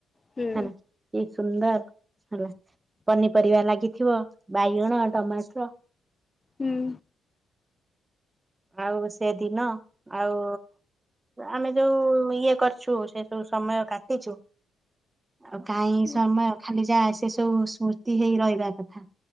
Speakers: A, on the left; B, on the right.
A: ହୁଁ
B: ହେଲା। କି ସୁନ୍ଦର ହେଲା। ପନିପରିବା ଲାଗିଥିବ ବାଇଗଣ ଟମାଟ
A: ହୁଁ
B: ଆଉ ସେଦିନ ଆଉ ଆମେ ଯୋଉ ଇଏ କରିଛୁ ସେ ସବୁ ସମୟ କାଟିଛୁ ଆଉ କାହିଁ
A: ହୁଁ
B: ସମୟ ଖାଲି ଯାହା ସେ ସବୁ ସ୍ମୃର୍ତି ହେଇ ରହିବା କଥା